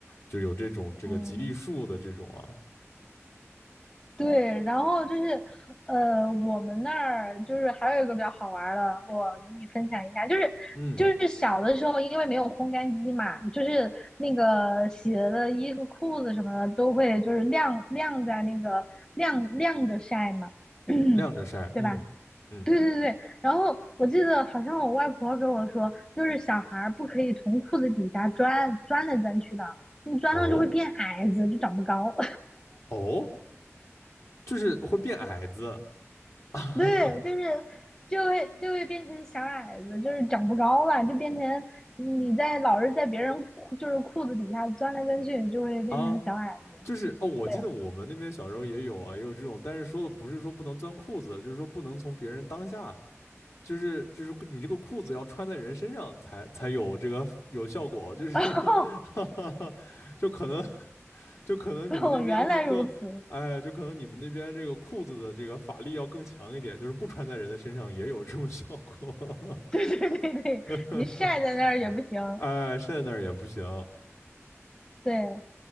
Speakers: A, on the left; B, on the left.
A: 就有这种这个吉利数的这种啊，
B: 嗯，对，然后就是，呃，我们那儿就是还有一个比较好玩的，我给你分享一下，就是就是小的时候，
A: 嗯，
B: 因为没有烘干机嘛，就是那个洗了的衣服、裤子什么的都会就是晾晾在那个晾晾着晒嘛，<coughs> <clears throat>
A: 晾着晒，
B: 对吧？
A: 嗯嗯，
B: 对对对，然后我记得好像我外婆跟我说，就是小孩儿不可以从裤子底下钻钻来钻去的，你钻到就会变矮子，
A: 哦
B: 就长不高。
A: 哦，就是会变矮子
B: <laughs> 对，
A: <laughs>
B: 就是就会就会变成小矮子，就是长不高了，就变成你在老是在别人裤就是裤子底下钻来钻去，就会变成小矮子。
A: 啊，就是哦，我记得我们那边小时候也有啊，
B: 对，
A: 也有这种，但是说的不是说不能钻裤子，就是说不能从别人当下，就是就是你这个裤子要穿在人身上才才有这个有效果，就是
B: <laughs>
A: <laughs> 就可能就可能你们那边会更，
B: 哦，原来如此。
A: 哎，就可能你们那边这个裤子的这个法力要更强一点，就是不穿在人的身上也有这种效果，
B: <laughs> 对对对对，
A: <laughs>
B: 你晒在那儿也不行。
A: 哎，晒在那儿也不行，
B: 对，